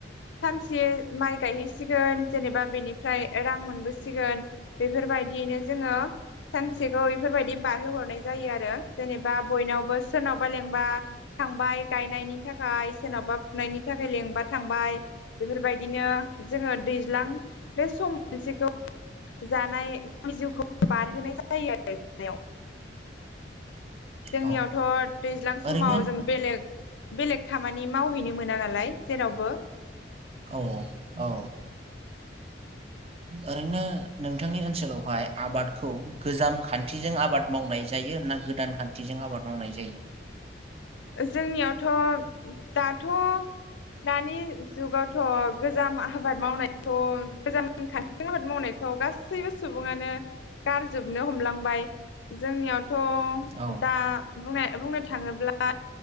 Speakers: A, on the left; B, on the right.
A: सानसे माइ गायहैसिगोन जेनेबा बेनिफ्राय रां मोनबोसिगोन बेफोरबायदियैनो जोङो सानसेखौ बेफोरबायदि बारहोहरनाय जायो आरो जेनेबा बयनावबो सोरनावबा लेंबा थांबाय गायनायनि थाखाय सोरनावबा फुनायनि थाखाय लेंबा थांबाय बेफोरबायदिनो जोङो दैज्लां बे सम मोनसेखौ जानायावनि जिउखौ बारहोनाय जायो आरो जानायाव जोंनियावथ
B: औ
A: दैज्लां समाव
B: ओरैनो
A: जों बेलेग बेलेग खामानि मावहैनो मोना नालाय जेरावबो
B: औ औ ओरैनो नोंथांनि ओनसोलावहाय आबादखौ गोजाम खान्थिजों आबाद मावनाय जायो ना गोदान खान्थिजों आबाद मावनाय जायो
A: जोंनियाव थ दाथ दानि जुगावथ गोजाम आबाद मावनायखौ गोजाम खान्थि आबाद मावनायखौ गासैबो सुबुङानो गारजोबनो हमलांबाय जोंनियाव थ
B: औ
A: दा बुंनाय बुंनो थाङोब्ला